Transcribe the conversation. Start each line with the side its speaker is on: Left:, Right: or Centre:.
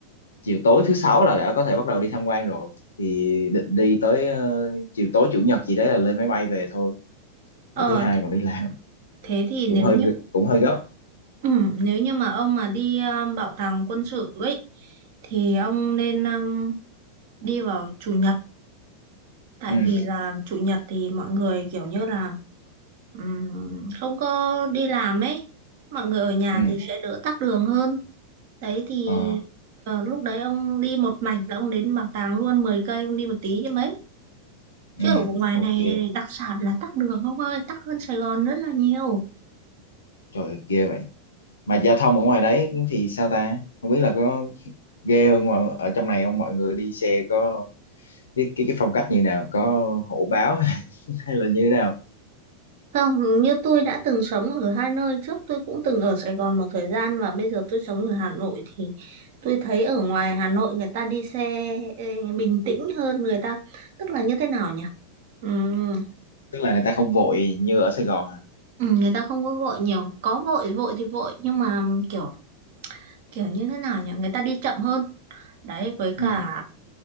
Left: chiều tối thứ sáu là đã có thể bắt đầu đi tham quan rồi thì định đi tới ờ, chiều tối chủ nhật gì đấy là lên máy bay về thôi
Right: Ờ,
Left: để thứ hai
Right: thế
Left: còn đi làm
Right: thế thì nếu
Left: cũng hơi
Right: như
Left: cũng hơi gấp
Right: Ừ, nếu như mà ông mà đi um, bảo tàng quân sự ấy thì ông nên um, đi vào chủ nhật tại
Left: ừ
Right: vì là chủ nhật thì mọi người kiểu như là ừm, không có đi làm ấy mọi người ở nhà
Left: ừ
Right: thì sẽ đỡ tắc đường hơn đấy thì
Left: ờ
Right: ờ, lúc đấy ông đi một mạch là ông đến bảo tàng luôn 10 cây ông đi một tí chứ mấy
Left: ừ
Right: chứ ở ngoài
Left: ok
Right: này đặc sản là tắc đường ông ơi tắc hơn Sài Gòn rất là nhiều
Left: trời ơi, ghê vậy mà giao thông ở ngoài đấy thì sao ta không biết là có ghê hơn ngoài ở trong này không mọi người đi xe có cái cái, cái phong cách như nào có hổ báo <laughs> hay là như thế nào
Right: Không, như tôi đã từng sống ở hai nơi trước, tôi cũng từng ở Sài Gòn một thời gian và bây giờ tôi sống ở Hà Nội thì tôi thấy ở ngoài Hà Nội người ta đi xe ê, bình tĩnh hơn người ta, tức là như thế nào nhỉ? Ừm,
Left: tức là người ta không vội như ở Sài Gòn hả
Right: ừm, người ta không có vội nhiều, có vội vội thì vội nhưng mà kiểu kiểu như thế nào nhỉ? Người ta đi chậm hơn. Đấy với cả
Left: ừ